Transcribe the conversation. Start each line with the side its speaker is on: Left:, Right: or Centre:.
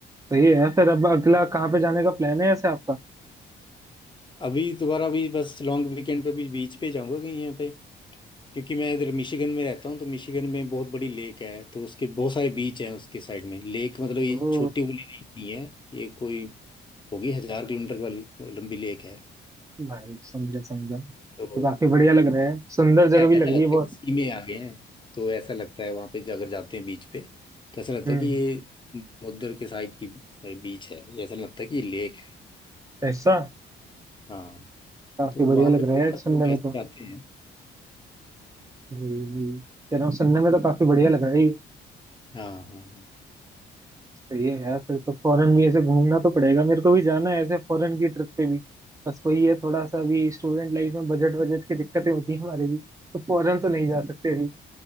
Right: सही है फिर अब अगला कहाँ पे जाने का प्लान है ऐसे आपका
Left: अभी दोबारा अभी बस लॉन्ग वीकेंड पे भी बीच पे जाऊंगा कहीं यहाँ पे क्योंकि मैं इधर मिशिगन में रहता हूँ तो मिशिगन में बहुत बड़ी लेक है तो उसके बहुत सारे बीच हैं उसके साइड में लेक मतलब
Right: ओ
Left: ये छोटी वाली लेक नहीं है ये कोई होगी हजार किलोमीटर वाली लंबी लेक है
Right: भाई समझा समझा तो
Left: तो
Right: काफी बढ़िया लग रहा है सुंदर जगह
Left: ऐसा
Right: भी लग
Left: लगता
Right: रही है बहुत
Left: है कि सी में आ गए हैं तो ऐसा लगता है वहां पे अगर जाते हैं बीच पे तो ऐसा लगता
Right: हम्म
Left: है कि ये समुद्र के साइड की बीच है ये ऐसा लगता है कि ये लेक है
Right: ऐसा
Left: हाँ
Right: काफी
Left: तो
Right: बढ़िया
Left: वहां
Right: लग
Left: पे
Right: रहा
Left: बहुत
Right: है यार
Left: सारे
Right: सुनने
Left: लोग
Right: में
Left: ऐसे
Right: तो
Left: जाते हैं
Right: जी जी कह रहा हूँ सुनने में तो काफी बढ़िया लग रहा है ये।
Left: हाँ हाँ हाँ
Right: सही है यार फिर तो फॉरेन भी ऐसे घूमना तो पड़ेगा मेरे को भी जाना है ऐसे फॉरेन की ट्रिप पे भी बस वही है थोड़ा सा अभी स्टूडेंट लाइफ में बजट बजट की दिक्कतें होती है हमारे भी तो फॉरेन तो नहीं जा सकते अभी